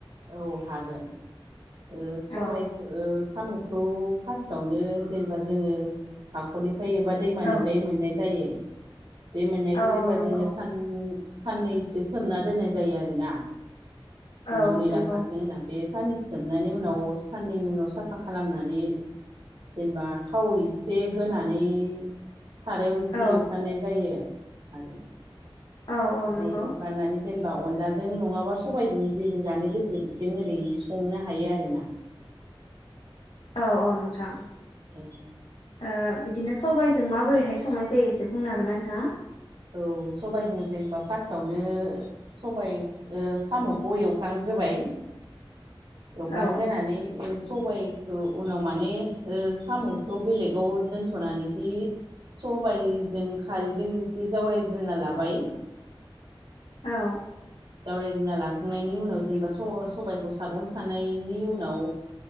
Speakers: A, on the right; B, on the left.
A: औ हागोन। ओ सबाइखो
B: औ
A: ओ साम'खौ फार्स्टआवनो जेनेबा जोङो हाखरनि फायोबा दैमानिफ्राय
B: औ
A: मोननाय जायो बे मोननायखौ
B: औ
A: जेनेबा
B: औ नंगौ
A: जोङो सान साननैसो सोमना दोननाय जायो आरो ना। जेनेबा
B: औ
A: मैला
B: नंगौ
A: खारथों होनना बे सानिस सोबनानै उनाव साननैनि उनाव साफा खालामनानै जेनेबा थाव एसे होनानै सारायाव एसे
B: औ
A: एवफ्रानाय जायो। आरो
B: औ औ
A: बाय
B: नंगौ
A: एफ्रामनानै जेनेबा अनलाजों नङाबा सबायाइजों जेजों जानो गोसो बिजों ओरै संनो हायो आरो ना।
B: औ औ नोंथां।
A: औ
B: ओ बिदिनो सबाइजों माबोरैहाय संनाय जायो एसे बुंनो हागोनना नोंथाङा?
A: औ सबबायजों जेनेबा फार्स्टावनो सबाइ सामखौ एवफ्रानग्रोबाय एवफ्रानग्रोनानै
B: औ
A: सबाइखौ उनाव माने ओ सामखौ बेलेगाव दोनथनानैखि सबाइजों खारैजों एसे जावरायग्रोना लाबाय
B: औ
A: जावरायग्रोना लाखांनायनि उनाव जेनेबा सबायखौ सागं सानायनि उनाव